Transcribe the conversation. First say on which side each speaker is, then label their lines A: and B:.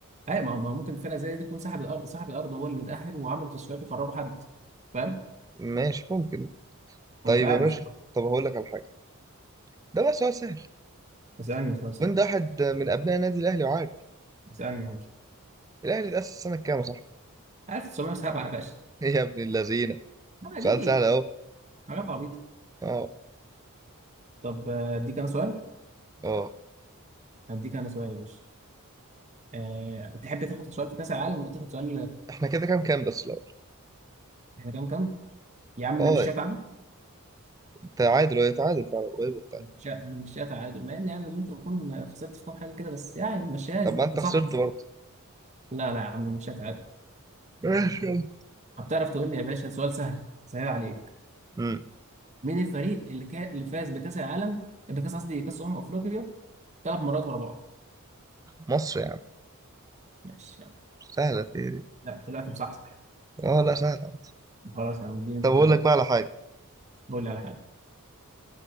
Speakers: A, on the right; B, on the right.
A: اي ما هو ما هو ممكن الفرقة زي دي تكون صاحب الارض صاحب الارض هو اللي متأهل وعمل تصفيات وخرجوا حد فاهم
B: ماشي ممكن طيب
A: انا مش عارف
B: يا باشا
A: بصراحة
B: طب هقول لك على حاجه ده بقى سؤال سهل
A: اسألني اسألني اسألني
B: وانت واحد من ابناء النادي الاهلي وعارف
A: اسألني يا باشا
B: الاهلي اتاسس سنه كام يا صاحبي
A: عارف 907 يا باشا
B: <laughs> ايه يا ابن اللذينه
A: لا
B: سؤال
A: دي
B: سهل اهو
A: حاجات عبيطة
B: اه
A: طب آه، اديك انا سؤال
B: اه
A: هديك انا سؤال يا باشا أه... تحب تاخد سؤال في كأس العالم ولا تاخد سؤال
B: احنا كده كام كام بس الاول
A: احنا كام كام يا عم انا
B: اه
A: مش شات
B: تعادل وهي تعادل فعلا قريب وبتاع
A: مشيها مشيها تعادل مع ان يعني ممكن اكون خسرت في كام حاجه كده بس يعني مشاني
B: طب
A: انت
B: ما انت
A: صاحبي
B: خسرت برضه
A: لا لا يا عم مشيها تعادل
B: ماشي يلا.
A: هتعرف تقول لي يا باشا سؤال سهل سهل عليك
B: امم
A: مين الفريق اللي كا... اللي فاز بكاس العالم بكاس قصدي كاس امم افريقيا ثلاث مرات ورا بعض
B: مصر يا عم
A: ماشي يا عم
B: سهله في إيه دي
A: لا طلعت مصحصح يعني.
B: اه لا سهله عادي.
A: خلاص يا عم اديني انت
B: طب اقول
A: سؤال
B: لك بقى على حاجه
A: قول لي على حاجه